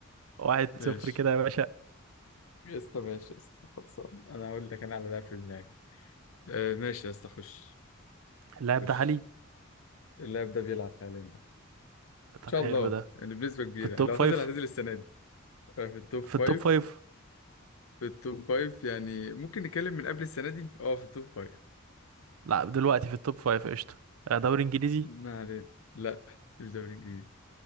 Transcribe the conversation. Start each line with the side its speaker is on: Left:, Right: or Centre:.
Right: واحد
Left: ماشي
Right: صفر كده يا باشا
Left: يا اسطى ماشي يا اسطى خلصان انا اقول لك انا على لاعب في دماغي آه ماشي يا اسطى خش
Right: اللاعب
Left: خش
Right: ده عالي
Left: اللاعب ده بيلعب حاليا ان
Right: طب
Left: شاء
Right: حلو
Left: الله
Right: ده
Left: يعني بنسبة كبيرة
Right: في التوب
Left: يعني لو هتنزل
Right: فايف
Left: هتنزل السنة دي آه في التوب فايف
Right: في التوب فايف
Left: في التوب فايف يعني ممكن نتكلم من قبل السنة دي اه في التوب فايف
Right: لا دلوقتي في التوب فايف قشطة آه، دوري إنجليزي
Left: ما علينا لا مش دوري انجليزي